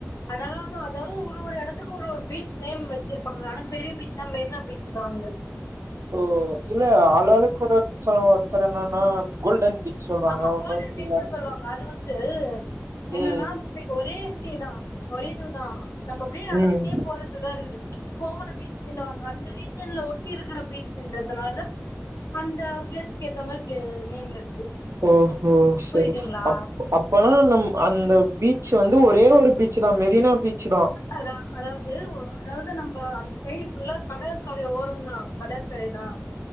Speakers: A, on the left; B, on the right.
A: அதாது அதா ஒரு ஒரு எடத்துக்கு ஒரு ஒரு பீச் நேம் வெச் சிருப்பாங்க ஆனா பெரிய பீச் மெரினா பீச்சுதா அங்கு
B: ஓ இல்ல ஆளாளுக்கு ஒரு ஒரு <unintelligible> ஒருத்தர் என்னன்னா கோல்டன் பீச் சொல்றாங்க
A: ஆமா
B: இன்னொருத்தர்
A: கோல்டன் பீச்சுன்
B: எம்சி
A: சொல்வாங்க அது வந்து என்னன்னா
B: ம்
A: ஒரே சீ தா ஒரே இதுதா நம்ம அப்டியே நடந்துன்னே
B: ம்
A: போறதுதா இருக்குது கோவள பீச்சின்னுவாங்க அந்த ரீஜியன்ல ஒட்டி இருக்குற பீச் சின்றதுனால அந்த பிளேஸுக்கு ஏத்த மாரி பிளே நேம் இருக்கு
B: ஓ ஹோ செரி
A: புரியுதுங்களா
B: அ அப்பனா நம் அந்த பீச் வந்து ஒரே ஒரு பீச்தா மெரினா பீச் தான்
A: அதா அதாவுது அதாவுது நம்ப அந்த சைடு ஃபுல்லா கடற்கரை ஓரந்தா கடற்கரைதா